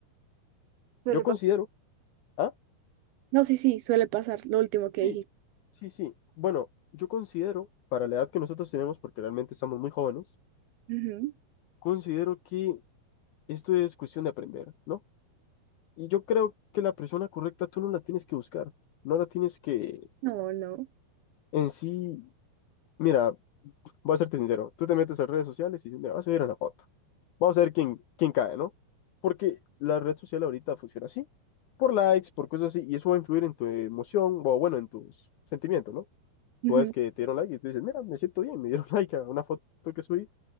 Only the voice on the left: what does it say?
Yo considero,
¿ah?
Sí,
sí, sí. Bueno, yo considero, para la edad que nosotros tenemos, porque realmente estamos muy jóvenes,
considero que esto es cuestión de aprender, ¿no? Y yo creo que la persona correcta tú no la tienes que buscar, no la tienes que
en sí, mira, voy a serte sincero, tú te metes a redes sociales y dices, mira, vas a subir una foto, vamos a ver quién, quién cae, ¿no? Porque la red social ahorita funciona así, por likes, por cosas así, y eso va a influir en tu emoción, o bueno, en tus sentimientos, ¿no?
Tú ves que te dieron like y tú dices, mira, me siento bien, me dieron <laughs> like a una foto que subí.